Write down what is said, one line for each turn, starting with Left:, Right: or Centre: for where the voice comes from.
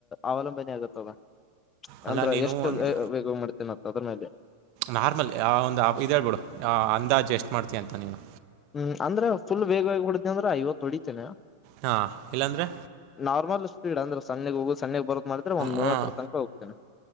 Left: ಅವಲಂಬನೆ ಆಗತ್ತವ
Right: ಅಲ್ಲ
Left: ಅಂದ್ರೆ
Right: ನೀನು
Left: ಎಷ್ಟು
Right: ಒಂದು
Left: ವೇಗ ಮಾಡ್ತೇತಿನ್ ಅದ್ರ ಮೇಲೆ
Right: ನಾರ್ಮಲ್ ಆ ಒಂದು ಇದ್ ಹೇಳ್ಬಿಡು ಅಂದಾಜ್ ಎಸ್ಟ್ ಮಾಡ್ತ ಅಂತ ನೀನು
Left: ಹ್ಮ್ ಅಂದ್ರೆ ಫುಲ್ ವೇಗವಾಗಿ ಹೊಡ್ದ ಅಂದ್ರೆ ಐವತ್ತು ಹೊಡಿತೇನೆ
Right: ಹಾ ಇಲ್ಲಾಂದ್ರೆ
Left: ನಾರ್ಮಲ್ ಸ್ಪೀಡ್ ಅಂದ್ರೆ ಸಣ್ಣಿ ಹೋಗೊಸ್ <unintelligible> ಒಂದ್ ಮುವಾತ್ರತನಕ
Right: ಹ್ಞೂ
Left: ಹೋಗ್ತೀನಿ